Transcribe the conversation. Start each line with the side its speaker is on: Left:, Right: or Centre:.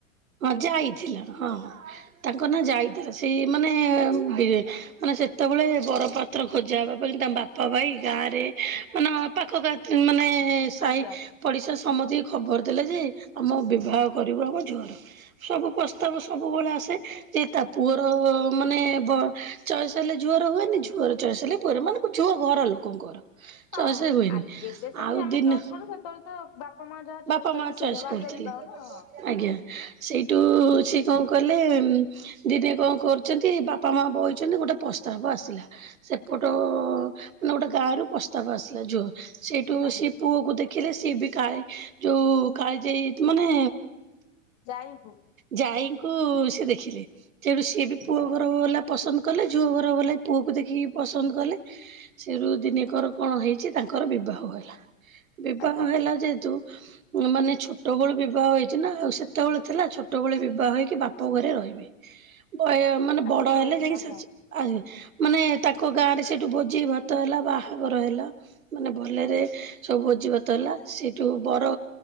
Right: ଅ ଜାଈ ଥିଲ ହଁ। ତାଙ୍କ ନା ଯାଇଥିଲା। ସେଇ ମାନେ ମାନେ ସେତେବେଳେ ବରପାତ ପତ୍ର ଖୋଜା ହେବା ପାଇଁ ତାଙ୍କ ବାପା ପା ଭାଇ ଗାଁ ରେ ମାନେ ପାଖ ଗାଁ ମାନେ ସାଇ
Left: ଆଜ୍ଞା
Right: ପଡ଼ିଶା ସମତି କୁ ଖବର ଦେଲେ ଯେ ଆମ ବିବାହ କରିବୁ ଆମ ଝିଅର। ସବୁ ପ୍ରସ୍ତାବ ସବୁବେଳେ ଆସେ। ଯେ ତା ପୁଅର ମାନେ ବ ଚଏସେ ହେଲା ଝୁଅର ହୁଏନି ଝୁଅର ଚଏସେ ହେଲେ। ପୁଅ ର ମାନେ ଝୁଅ ଘର ଲୋକଙ୍କର।
Left: ହଁ
Right: ଚଏସ୍ ହୁଏନି
Left: ଆଗେ ଏବେ ସେମିତି
Right: ଆଉ
Left: ଆମେ
Right: ଦିନ
Left: ଚଏସ୍ କରୁ। ସେତେବେଳେ ତ ବାପା ମା ଯାହା ଚଏସ୍
Right: ବାପା
Left: କରିବେ
Right: ମା
Left: ସେଇଆ
Right: ଚଏସ୍
Left: ବାଲ୍ୟ
Right: କରୁଥିଲି
Left: ବିବାହ ନା ହଁ
Right: ଆଜ୍ଞା। ସେଇଟୁ ସିଏ କ କଲେ। ଦିଦି କ କରୁ ବାପା ମା ବଇଛନ୍ତି ଗୋଟେ ପ୍ରସ୍ତାବ ଆସିଲା। ସେପଟ ଉ ମାନେ ଗୋଟେ ଗାଁ ରୁ ପ୍ରସ୍ତାବ ଆସିଲା ଝୁଅ। ସେଇଟୁ
Left: ଆଜ୍ଞା
Right: ସିଏ ପୁଅ କୁ ଦେଖିଲେ। ସିଏ ବି କାଳେ ଯୋଉ କାଳିଜାଇ ମାନେ।
Left: ଯାଇକୁ।
Right: ଯାଇଙ୍କୁ ସେ ଦେଖିଲେ। ତେଣୁ ସିଏ ବି
Left: ଆଜ୍ଞା
Right: ପୁଅ ଘର ଗଲା। ପସନ୍ଦ କଲେ ଝୁଅ ଘର ବଲା ପୁଅକୁ ଦେଖିକି ପସନ୍ଦ କଲେ। ସେରୁୁ ଦିନକର କଣ ହେଇଛି। ତାଙ୍କର ବିବାହ ହେଲା। ବିବାହ
Left: ଆଜ୍ଞା
Right: ହେଲା ଯେହେତୁ। ମାନେ ଛୋଟବେେଳୁ ବିବାହ ହେଇଛି ନା ଆଉ ସେ ସେତେବେଳେ ଥିଲା। ଛୋଟବେଳେ ବିବାହ ହେଇକି ବାପ ଘରେ ରହିବେ ବୟ ମାନେ
Left: ଆସିକି
Right: ବଡ
Left: ରହିବେ
Right: ହେଲେ ଯାଇକି
Left: ଆଜ୍ଞା
Right: ଶାଶୁ ଆଜି ମାନେ ତାଙ୍କ ଗାଁ ରେ ସେଠୁ ଭୋଜି ଭାତ ହେଲା ବା ବାହାଘର ହେଲା। ମାନେ ଭଲରେ ସବୁ ଭୋଜିିଭାତ ହେଲା ସେଠୁ ବର